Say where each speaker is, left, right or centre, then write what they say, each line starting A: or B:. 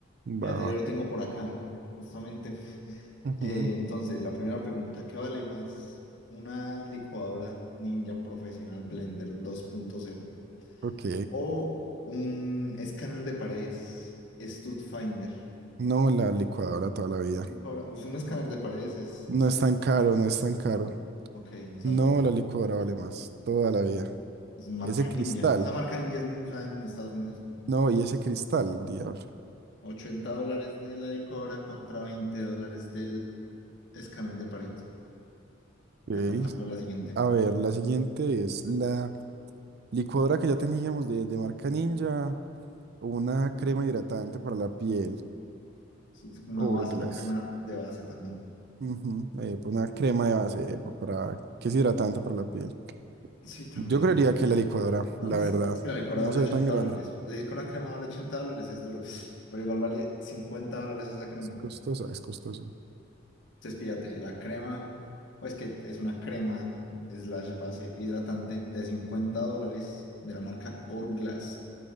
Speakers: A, on the right; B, on the left.
A: Va.
B: Fíjate, yo lo tengo por acá, justamente.
A: ujú,
B: Eh, entonces, la primera pregunta, ¿qué vale más? ¿Una licuadora Ninja Profesional Blender 2.0
A: Ok.
B: o un escáner de paredes StudFinder?
A: No, la licuadora toda la vida.
B: Licuadora- Es un escáner de paredes, es, es-
A: No es tan caro, no es tan caro.
B: ¿no? Ok, no sabía.
A: No, la licuadora vale más, toda la vida.
B: Es marca
A: Ese cristal.
B: Ninja. Esa marca Ninja es muy usada en Estados Unidos.
A: No,
B: De
A: y ese cristal, el diablo.
B: 80 dólares de la licuadora contra 20 dólares del escáner de pared.
A: Ok,
B: A contar con la siguiente.
A: A ver, la siguiente es la licuadora que ya teníamos de, de marca Ninja, una crema hidratante para la piel,
B: Sí, es una
A: Hourglass.
B: base, una crema de base también.
A: Ujú, eh, pues una crema de base eh, pa- para, que es hidratante para la piel.
B: Sí, también.
A: Yo creería que la licuadora,
B: No,
A: la
B: es
A: verdad,
B: la- es que la licuadora
A: no
B: vale
A: se
B: 80
A: ve tan grande.
B: dólares. Decir que una crema vale 80 dólares es duro. Pero igual vale 50 dólares esa crema.
A: Es costosa, es costosa.
B: Entonces, píllate, la crema, pues que es una crema slash base hidratante de cincuenta dólares
A: Ujú.
B: de la marca Hourglass.